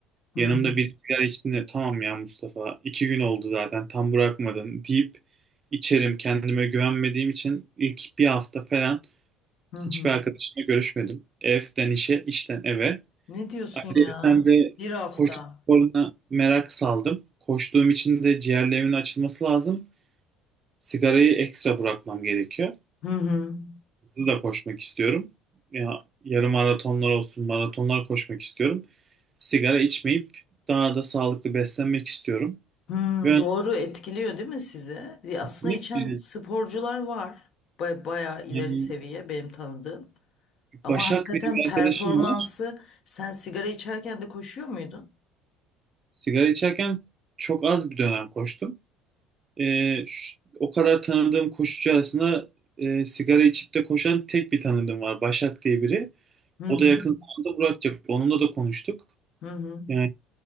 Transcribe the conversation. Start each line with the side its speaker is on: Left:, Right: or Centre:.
Left: Hı
Right: Yanımda
Left: hı.
Right: bir sigara içtiğinde tamam ya Mustafa iki gün oldu zaten tam bırakmadın deyip içerim kendime güvenmediğim için ilk bir hafta falan
Left: Hı hı.
Right: hiçbir arkadaşımla görüşmedim. Evden işe, işten eve.
Left: Ne diyorsun
Right: Ayrıca
Left: ya?
Right: de
Left: Bir hafta.
Right: koşu sporuna merak saldım. Koştuğum için de ciğerlerimin açılması lazım. Sigarayı ekstra bırakmam gerekiyor.
Left: Hı hı.
Right: Hızlı da koşmak istiyorum. Ya, yarım maratonlar olsun, maratonlar koşmak istiyorum. Sigara içmeyip daha da sağlıklı beslenmek istiyorum.
Left: Hmm,
Right: Ben
Left: doğru etkiliyor değil mi sizi? E, Aslında
Right: kesinlikle
Left: içen sporcular var. Ba- bayağı ileri
Right: yani
Left: seviye benim tanıdığım. Ama
Right: Başak
Left: hakikaten
Right: diye bir
Left: performansı
Right: arkadaşım var.
Left: sen sigara içerken de koşuyor muydun?
Right: Sigara içerken çok az bir dönem koştum. Ee, ş- o kadar tanıdığım koşucu arasında e, sigara içip de koşan tek bir tanıdığım var. Başak diye biri.
Left: Hı hı.
Right: O da yakın zamanda bırakacak. Onunla da konuştuk.
Left: Hı hı.
Right: Yani